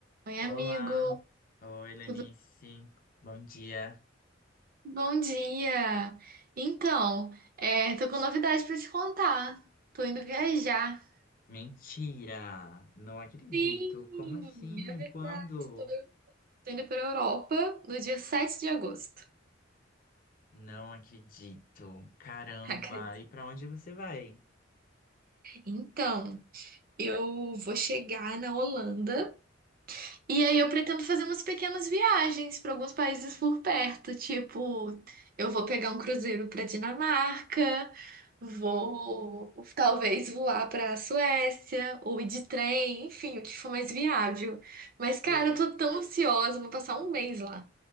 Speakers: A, on the right (about 45°); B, on the left (about 45°).
A: Oi, amigo.
B: Olá, oi Lenice,
A: Tudo
B: bom dia.
A: bom dia. Então, é, tô com novidade pra te contar. Tô indo viajar.
B: Mentira, não acredito.
A: Sim,
B: Como assim?
A: é verdade.
B: Quando?
A: Tô Tô indo pra Europa no dia 7 de agosto.
B: Não acredito. Caramba,
A: <laughs> Acredito.
B: e pra onde você vai?
A: Então, eu vou chegar na Holanda E aí eu pretendo fazer umas pequenas viagens para alguns países por perto, tipo, eu vou pegar um cruzeiro para Dinamarca, vou talvez voar para Suécia ou ir de trem, enfim, o que for mais viável. Mas cara,
B: E-
A: eu tô tão ansiosa, vou passar um mês lá.